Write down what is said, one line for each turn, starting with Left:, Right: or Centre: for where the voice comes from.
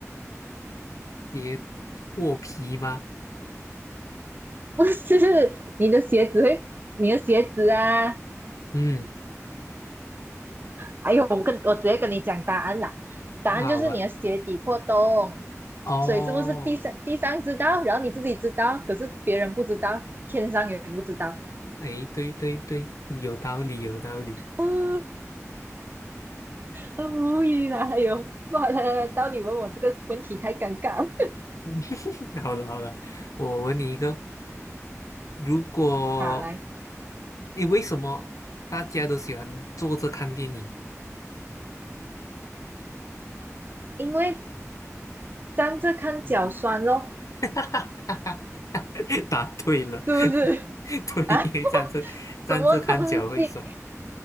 Left: 也脱皮吗？
Right: <laughs> 不是你的鞋子会，你的鞋子啊，
Left: 嗯，
Right: 哎呦，我跟我直接跟你讲答案啦，答案就是你的鞋底破洞，
Left: 那好吧。哦，
Right: 所以是不是第三第三知道，然后你自己知道，可是别人不知道，天上也不知道，
Left: 哎，对对对，有道理，有道理。
Right: <laughs> 啊，很无语啦，哎呦，好了，到你问我这个问题太尴尬了
Left: 嗯 <laughs> 好了好了，我问你一个，如果，
Right: 啊，来。
Left: 哎，为什么大家都喜欢坐着看电影？
Right: 因为站着看脚酸咯，
Left: 嗯，<laughs> 答对了，
Right: 是不是？
Left: <laughs> 对，
Right: <laughs> 啊，
Left: 因为站着站着看脚会酸。
Right: 什么东西？